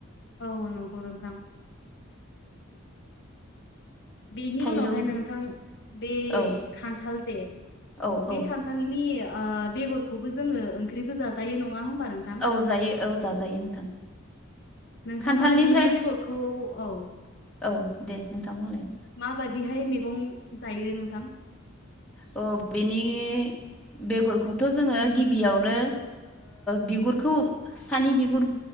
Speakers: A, on the left (about 55°); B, in the centre.
A: औ नंगौ नोंथां बेनि
B: थाइजौ
A: उनावहाय नोंथां बे
B: औ
A: खान्थाल जे
B: औ
A: बे
B: औ
A: खान्थालनि आ बेगरखौबो जोङो ओंख्रिबो जाजायो नङा होमबा नोंथां
B: औ जायो औ जाजायो नोंथां
A: नोंथाङा
B: खान्थालनिफ्राय
A: बेनि बेगरखौ औ
B: औ दे नोंथां बुंलाय
A: माबादिहाय मैगं जायो नोंथां
B: अ बेनि बेगरखौथ' जोङो गिबियावनो बिगुरखौ सानि बिगुर